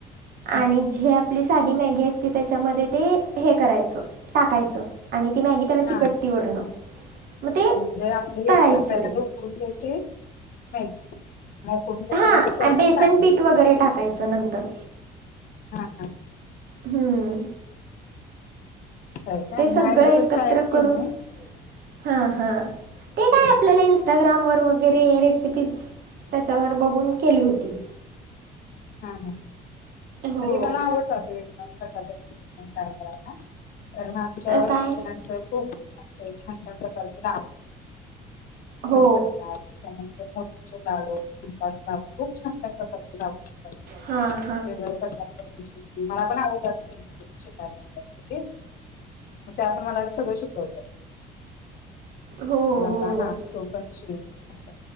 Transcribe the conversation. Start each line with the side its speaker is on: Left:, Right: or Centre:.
Left: हम्म.
Right: आणि जे आपली साधी मॅगी असते त्याच्यामध्ये ते हे करायचं टाकायचं. आणि ती मॅगी त्याला चिकट्टी
Left: हा
Right: वरणं मग ते.
Left: जे आपलं घ्यायचं
Right: तळायचं
Left: पहिल्यांदा
Right: ते
Left: उकळून घ्यायचे नाही. मग कोण घेत
Right: हां
Left: नंतेप
Right: बेसन
Left: शांध
Right: पीठ
Left: म
Right: वगैरे
Left: जा
Right: टाकायचं नंतर
Left: हा हा <inaudible>
Right: हम्म.
Left: असं आहे काय
Right: ते सगळं
Left: नाही म्हणजे
Right: एकत्र
Left: कधी ट्रायच केलं
Right: करून.
Left: नाही
Right: हा हा ते काय
Left: हम्म.
Right: आपल्याला
Left: हम्म,
Right: इन्स. इंस्टाग्रामवर वगैरे रेसिपीज त्याच्यावर बघून केली होती.
Left: हा हा.
Right: हो
Left: मला आवडत अस न कध ट्राय कराय <inaudible> आमच्या
Right: अ
Left: वनास
Right: काय
Left: खूप छान छ प्रकारचे नाव.
Right: हो
Left: बरी करतात. त्यानंतर मोतीचूर चे लाडू खूप छान छान प्रकारच लाडू. करतात
Right: हा.
Left: मला पण आव <inaudible> मग त्या मला असं सगळं शिकवतात
Right: हो
Left: बाबा
Right: हो
Left: हा तो पण शिक असं.